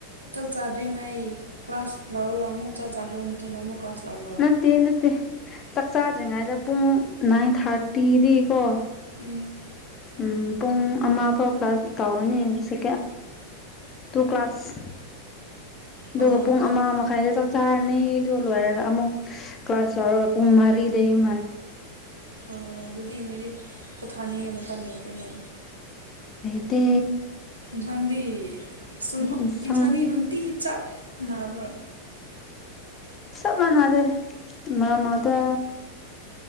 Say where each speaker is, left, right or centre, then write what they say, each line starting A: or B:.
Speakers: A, on the right; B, on the left.
A: ꯆꯥꯛ ꯆꯥꯗ꯭ꯔꯤꯉꯩ ꯀ꯭ꯂꯥꯁ ꯂꯧꯔꯒ ꯑꯃꯨꯛ ꯆꯥꯛ ꯆꯥꯈ꯭ꯔꯕ ꯃꯇꯨꯡꯗ ꯑꯃꯨꯛ ꯀ꯭ꯂꯥꯁ ꯂꯧꯕ꯭ꯔꯣ
B: ꯅꯠꯇꯦ ꯅꯠꯇꯦ ꯆꯥꯛꯆꯥꯥꯗ꯭ꯔꯤꯉꯩꯗ ꯄꯨꯡ ꯅꯥꯏꯟ ꯊꯥꯔꯇꯤꯗꯤ ꯀꯣ
A: ꯎꯝ
B: ꯎꯝ ꯄꯨꯡ ꯑꯃ ꯐꯥꯎ ꯀ꯭ꯂꯥꯁ ꯇꯧꯔꯅꯤ ꯁ ꯇꯨ ꯀ꯭ꯂꯥꯁ ꯑꯗꯨꯒ
A: ꯑꯣ
B: ꯄꯨꯡ ꯑꯃ ꯃꯈꯥꯏꯗ ꯆ ꯁꯥꯔꯅꯦꯗꯨ ꯂꯣꯏꯔꯒ ꯑꯃꯨꯛ ꯀ꯭ꯂꯥꯁ ꯂꯧꯔꯒ ꯄꯨꯡ ꯃꯔꯤꯗꯩꯟ
A: ꯑꯣ ꯑꯗꯨꯗꯤ ꯅꯣꯏꯗꯤ ꯄꯣꯊꯥꯅꯤꯡꯉꯦ ꯃꯇꯝ ꯂꯩꯇꯣꯏꯅꯦ
B: ꯑꯩꯗꯤ
A: ꯌꯦꯟꯁꯥꯡꯗꯤ ꯁꯨꯡ
B: ꯏꯟꯁꯥꯡ
A: ꯌꯦꯟꯁꯥꯡꯗꯤ ꯅꯨꯡꯇꯤ ꯆꯞ ꯅꯥꯕ꯭ꯔꯥ
B: ꯁꯕ ꯃꯅꯥꯗꯦ ꯃ ꯃꯥꯗ